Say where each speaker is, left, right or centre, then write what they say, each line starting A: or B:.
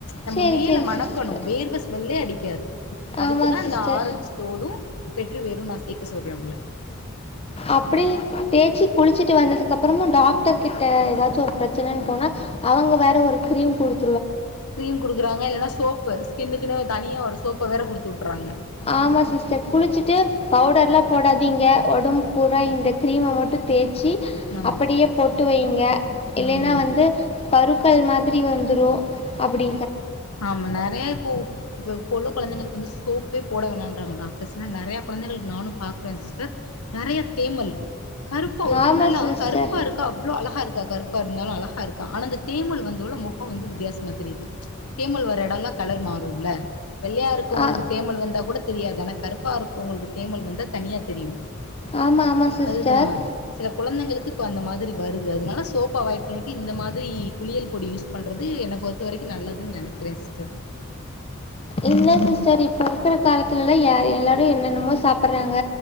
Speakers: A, on the left; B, on the left.
A: நம்ம
B: சரி
A: மேல
B: சரி
A: மணக்கணும்
B: சிஸ்டர்
A: வேர்வ ஸ்மெல்லே அடிக்க அடிக்காது அதுக்குதான்
B: ஆமாம் சிஸ்டர்
A: இந்த ஆரஞ்சு தோலும் வெறும் நான் சேர்க்க சொல்றேன் உங்கள
B: அப்படி தேச்சி குளிச்சிட்டு வந்ததுக்க அப்புறமும் டாக்டர் கிட்ட ஏதாச்சும் ஒரு பிரச்சனன்னு போனா அவங்க வேற ஒரு கிரீம் குடுத்
A: கிரீம் குடுக்குறாங்க இல்லன்னா சோப்பு ஸ்கின்னுக்குன்னு தனியா ஒரு சோப்ப வேற குடுத்து விட்றாங்க
B: ஆமா சிஸ்டர் குளிச்சுட்டு பவுடர் எலாம் போடாதீங்க ஒடம்பு பூரா இந்த கிரீம் மட்டும் தேச்சி
A: ஆமா
B: அப்படியே போட்டு வைங்க இல்லைன்னா
A: ம்
B: வந்து பருக்கல் மாதிரி வந்துரும் அப்படி
A: ஆமா நரையா இப்போ இப்ப உள்ள கொழந்தைங்களுக்கு வந்து சோப்பே போட வேணன்றாங்க டாக்டர்ஸ் ஏன்னா நெறைய கொழந்தைகளுக்கு நானும் பாக்குறேன் சிஸ்டர் நெறைய தேமல் கருப்பா ஒரு
B: ஆமாம்
A: பொண்ணு எல்லாம்
B: சிஸ்டர்
A: கருப்பா இருக்க அவ்வளோ அழகா இருக்கு கருப்பா இருந்தாலும் அழகா இருக்கா ஆனா அந்த தேமுல் வந்து முகம் வந்து வித்தியாசமா தெரியுது தேமல் வர்ற எடம்லாம் கலர் மாறும்ல வெள்ளையா இருக்குறவங்களுக்கு
B: ஆ
A: தேமல் வந்தா கூட தெரியாது ஆனா கருப்பா இருக்கவங்ளுக்கு தேமல் வந்த தனியா தெரியு
B: ஆமா ஆமா சிஸ்டர்
A: அதுதான் சில குழந்தைங்களுக்கு இப்ப அந்த மாரி வருது அதனால சோப் அவாய்ட் பண்ணிட்டு இந்த மாரி குளியல் பொடி யூஸ் பண்றது என்ன பொறுத்த வரைக்கு நல்லதுன்னு நெனக் கிற சிஸ்டர்
B: இல்ல சிஸ்டர் இப்ப இருக்கிற காலத்துலலா யார் எல்லாரு என்னனமோ சாப்பிறாங்க